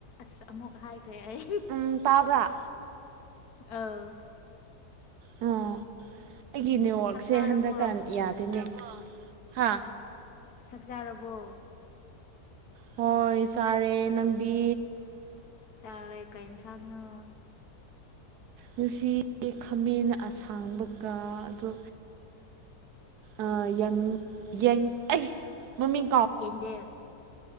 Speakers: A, on the left; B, on the right.
A: ꯑꯁ ꯑꯃꯨꯛ ꯍꯥꯏꯈ꯭ꯔꯦ ꯑꯩ
B: ꯎꯝ ꯇꯥꯕ꯭ꯔꯥ
A: ꯑꯧ
B: ꯑꯣ ꯑꯩꯒꯤ ꯅꯦꯠꯋꯥꯔ꯭ꯛꯁꯦ
A: ꯆꯥꯛ ꯆꯥꯔꯕꯣ
B: ꯍꯟꯗꯛꯀꯥꯟ ꯌꯥꯗꯦꯅꯦ ꯇꯥꯔꯕ‌ꯣ ꯍꯥ
A: ꯆꯥꯛ ꯆꯥꯔꯕꯣ
B: ꯍꯣꯏ ꯆꯥꯔꯦ ꯅꯪꯗꯤ
A: ꯆꯥꯔꯦ ꯀꯩ ꯏꯟꯁꯥꯡꯅ‌ꯣ
B: ꯉꯁꯤ ꯈꯥꯃꯦꯟ ꯑꯁꯥꯡꯕꯒ ꯑꯗꯣ ꯑꯥ ꯌꯪ ꯌꯪ ꯑꯩ ꯃꯃꯤꯡ
A: ꯌꯦꯟꯗ‌ꯦꯝ